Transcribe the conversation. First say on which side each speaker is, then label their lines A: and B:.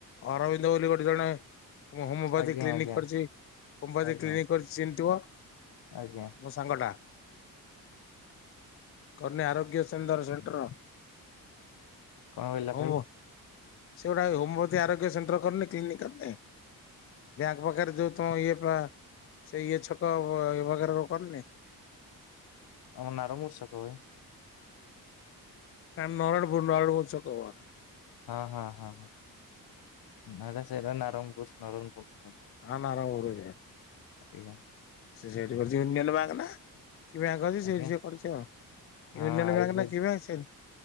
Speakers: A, on the left; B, on the left.
A: ଅରବିନ୍ଦ ବୋଲି ଗୋଟେ ଜଣେ ମୁଁ ହୋମିଓପାଥି
B: ଆଜ୍ଞା
A: କ୍ଲିନିକ
B: ଆଜ୍ଞା
A: କରିଛି ହୋମୀଓପାଥି
B: ଆଜ୍ଞା
A: କ୍ଲିନିକ୍ କରିଛି ଚିହ୍ନିଥିବ।
B: ଆଜ୍ଞା
A: ମୋ ସାଙ୍ଗଟା। କନ୍ୟା ଆରୋଗ୍ୟ ସେଣ୍ଟର ସେଣ୍ଟର।
B: କଣ କହିଲା
A: ହଁ
B: ଭାଇ
A: <inaudible> ସେ ଗୁଟାଏ ହୋମପାଥି ଆରୋଗ୍ୟ ସେଣ୍ଟର କରିନି କ୍ଲିନିକା ଏଁ। ମୋପାଖରେ ଯୋଉ ତମ ଇଏ ବା <inaudible> ସେ ଇଏ ଛକ। ଆଉ ପାଖରେ ସବୁ କରିନି।
B: ଆମ ନାର ମୂର୍ଷ ଛକ ଭାଇ।
A: ଆମ ନରଣପୁର, ନରଣପୂର୍ ଛକ ବା।
B: ହଁ ହଁ ହଁ <inaudible> ହଁ ସେଇଟା ନାରଙ୍ଗପୁର ନରଙ୍ଗପୁର ଛକ।
A: ହଁ ନାରଙ୍ଗପୁର।
B: ଆଜ୍ଞା!।
A: ସେ ସେଇଠି କରିଛି ନିଅଣ୍ଡ ବାଙ୍କ ନା। କି ବ୍ୟାଙ୍କ ଅଛି ସେଇଠି
B: ଆଜ୍ଞା
A: ସେ କରିଛି ଆଉ।
B: ହଁ
A: ୟୁନିଅନ
B: ଆୟୁର୍ବେଦ
A: ବ୍ୟାଙ୍କ ନା କି ବ୍ୟାଙ୍କ ସେ